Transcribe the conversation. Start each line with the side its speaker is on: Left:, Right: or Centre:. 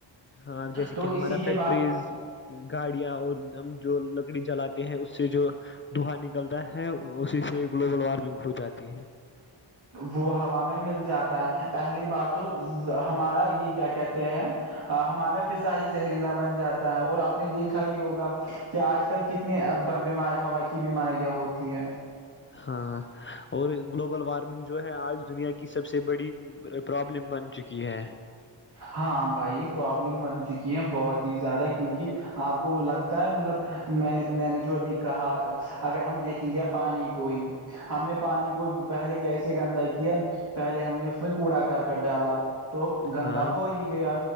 Left: ہاں جیسے
Right: تو
Left: کہ ہمارا
Right: اسی
Left: فیکٹریز
Right: کے بعد
Left: گاڑیاں اور ہم جو لکڑی جلاتے ہیں اس سے جو دوہا نکلتا ہے اسی سے گلوبل وارمنگ ہو جاتی ہے
Right: وہ ہوا میں مل جاتا ہے پہلی بات تو ہمارا یہ کیا کہتے ہیں ہمارا فضاائی زہریلا بن جاتا ہے اور آپ نے دیکھا ہی ہوگا کہ آج آج کل کتنے بیم ہوا کی بیماریاں ہوتی ہیں
Left: ہاں اور گلوبل وارمنگ جو ہے آج دنیا کی سب سے بڑی پرابلم بن چکی ہے
Right: ہاں بھائی پروابلم بن چکی ہے بہت ہی زیادہ کیونکہ آپ کو لگتا ہے مطلب میں میں نے جو ابھی کہا اگر ہم دیکھیں گے پانی کو ہی ہم نے پانی کو پہلے کیسے گندا کیا پہلے ہم نے اس میں کوڑا کرک ڈالا تو گندا
Left: ہاں
Right: ہو ہی گیا